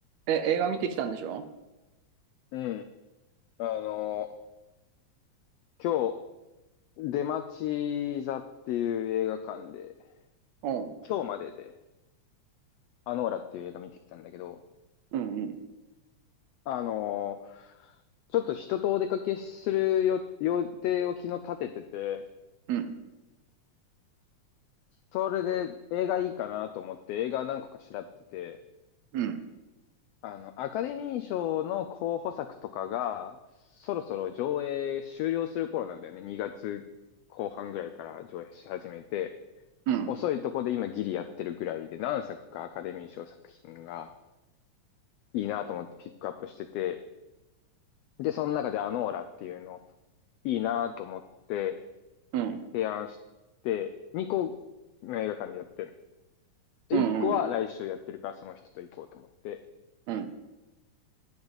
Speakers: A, on the right; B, on the left.
A: え、映画見てきたんでしょ
B: うん。あのー、今日、出町座っていう映画館で、
A: うん。
B: 今日までで、アノーラっていう映画見てきたんだけど、
A: うん、うん、
B: あのー、ちょっと人とお出かけするよ予定を昨日立ててて、
A: うん、
B: それで映画いいかなと思って映画何個か調べてて、
A: うん、
B: あの、アカデミー賞の候補作とかが、そろそろ上映終了する頃なんだよね。2月後半ぐらいから上映し始めて、
A: うん、
B: 遅いとこで今ギリやってるぐらいで何作かアカデミー賞作品がいいなと思ってピックアップしてて、で、その中でアノーラっていうのいいなと思って
A: うん、うん、
B: 提案して、2個の映画館でやってる。で、
A: うん、
B: 1個は来週やってるからその人と行こうと思って。
A: うん、